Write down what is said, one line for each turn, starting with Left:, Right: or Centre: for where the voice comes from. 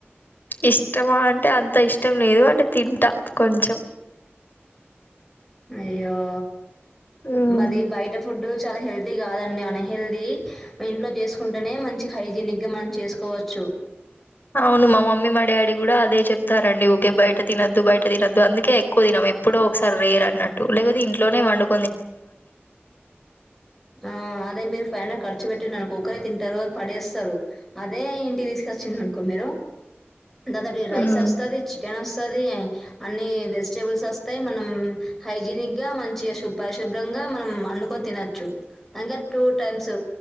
Left: ఇష్టమా అంటే అంత ఇష్టం లేదు అంటే తింటా కొంచెం
Centre: అయ్యో
Left: ఉమ్
Centre: మది బయట ఫుడ్ ఇప్పుడు చాలా హెల్తీ కాదండి అన్హెల్దీ ఇంట్లో చేసుకుంటేనే మంచి హైజీనిక్ గా మనం చేసుకోవచ్చు
Left: అవును మా మమ్మీ మా డాడీ గుడా అదే చెప్తారండి ఊకే బయ్ తినొద్దు బయట తినద్దు అందుకే ఎక్కువ తినం ఎప్పుడో ఒకసారి రేర్ అన్నట్టు లేకపోతే ఇంట్లోనే వండు
Centre: ఆ అదే పైన ఖర్చు పెట్టిండ్ అనుకో ఒకరే తింటారు పడేస్తరు అదే ఇంటికి తీసుకొచిండు అనుకో నేను దందాకి రైస్
Left: మ్మ్
Centre: అస్తది చికెన్ అస్ అన్నీ వెజిటబుల్ వస్తాయ్ మనం హైజినిక్ గా మంచిగా సూప్ ప శుభ్రంగా మనం అండుకొని తినొచ్చు అంగ టూ టైమ్స్